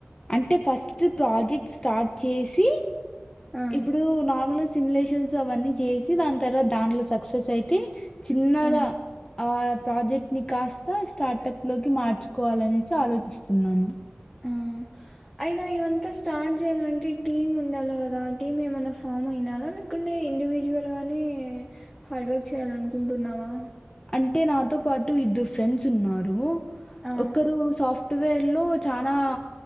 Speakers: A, on the left (about 20°); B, in the centre.
A: అంటే ఫస్ట్ ప్రాజెక్ట్ స్టార్ట్ చేసి
B: ఆ!
A: ఇప్పుడు నర్మల్గ సిమలేషన్స్ అవన్నీ చేసి దాని తర్వాత దాంట్లో సక్సెస్ అయితే చిన్నగా
B: ఆ!
A: ఆ ప్రాజెక్ట్ ని కాస్త స్టార్టప్ లోకి మార్చుకోవాలనేసి ఆలోచిస్తున్నాను
B: ఆ అయినా ఇవంతా స్టార్ట్ చేయాలంటే టీమ్ ఉండాల కదా టీమ్ ఏమైనా ఫామ్ అయినారా లేకుండే ఇండివిజువల్ గానే హార్డ్ వర్క్ చేయాల అనుకుంటున్నావా
A: అంటే నాతో పాటు ఇద్దరు ఫ్రెండ్స్ ఉన్నారు
B: ఆ!
A: ఒకరు సాఫ్ట్ ఫ్ట్ వేర్ లో చానా